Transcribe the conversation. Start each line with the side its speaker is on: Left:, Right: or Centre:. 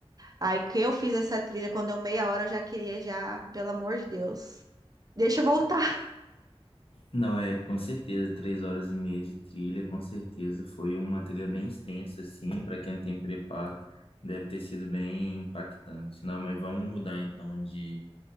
Right: Aí que eu fiz essa trilha, quando eu meia hora eu já queria, já, pelo amor de Deus, deixa eu voltar.
Left: Não, é com certeza, três horas e meia de trilha, com certeza. Foi uma trilha bem extensa, assim, para quem não tem preparo, deve ter sido bem impactante. Não, mas vamos mudar então de,